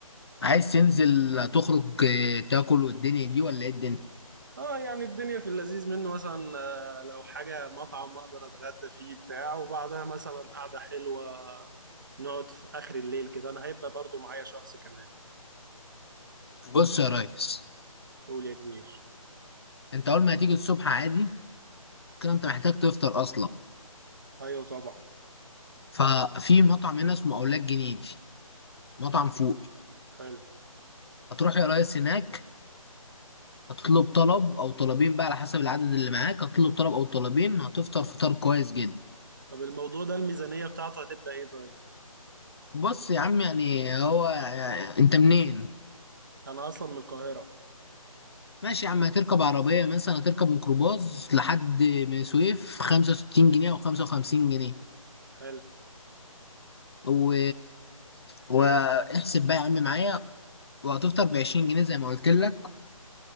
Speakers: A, on the left; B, on the right.
A: عايز تنزل تخرج اه، تاكل والدنيا دي ولا ايه الدنيا
B: اه يعني الدنيا في اللذيذ منه مثلا آه، لو حاجة مطعم اقدر اتغدى فيه بتاع وبعدها مثلا قعدة حلوة نقعد في اخر الليل كده انا هيبقى برضو معايا شخص كمان
A: بص يا ريس
B: قول يا كبير
A: انت اول ما هتيجي الصبح عادي كده انت محتاج تفطر اصلا
B: ايوه طبعا
A: ففي مطعم هنا اسمه اولاد جنيدي مطعم
B: حلو
A: فوق
B: حلو
A: هتروح يا ريس هناك هتطلب طلب او طلبين بقى على حسب العدد اللي معاك هتطلب طلب او طلبين هتفطر فطار كويس جدا
B: طب الموضوع ده الميزانية بتاعته هتبقى ايه طيب
A: بص يا عم يعني هو انت منين
B: انا اصلا من القاهرة
A: ماشي يا عم هتركب عربية مثلا هتركب ميكروباص لحد من سويف 65 جنيه او 55 جنيه
B: حلو
A: و... واحسب بقى يا عم معايا وهتفطر ب 20 جنيه زي ما قلت لك